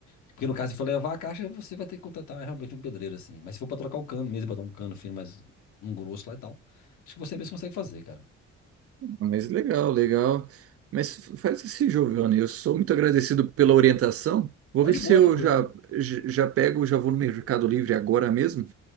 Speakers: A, on the left; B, on the right.
A: Porque no caso, se for levar a caixa, você vai ter que contratar realmente um pedreiro, assim. Mas se for pra trocar o cano mesmo, botar um cano fino, mas um grosso lá e tal, acho que você mesmo consegue fazer, cara.
B: Ah, Mas legal, legal. Mas faz esse Giovanni. Eu sou muito agradecido pela orientação. Vou
A: Não,
B: ver
A: de
B: se
A: boa,
B: eu
A: tranquilo.
B: já, j- já pego, já vou no Mercado Livre agora mesmo,